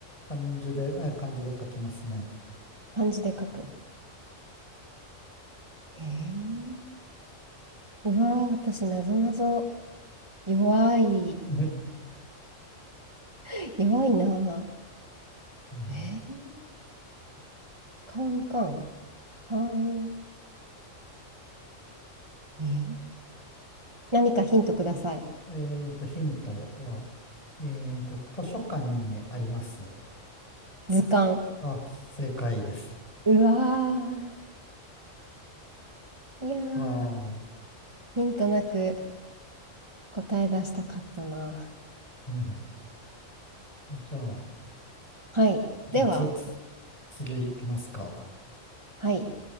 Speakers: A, on the left; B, on the right.
A: 漢字で、え漢字で書きますね。
B: 漢字で書く。えー、うわー、私、なぞなぞ弱い、
A: <laughs> え、
B: <laughs> 弱いな
A: うん
B: ー。えー、カンカン、カン、えー何かヒントください。
A: えっと、ヒントは、えっと、図書館にあります。
B: 図鑑。
A: あ、正解です。
B: うわー、いやー、
A: はーい。
B: ヒントなく答え出したかったな。
A: うん、じゃあ、
B: はい。
A: じゃあ、
B: では、
A: つ、つ、次行きますか。
B: はい。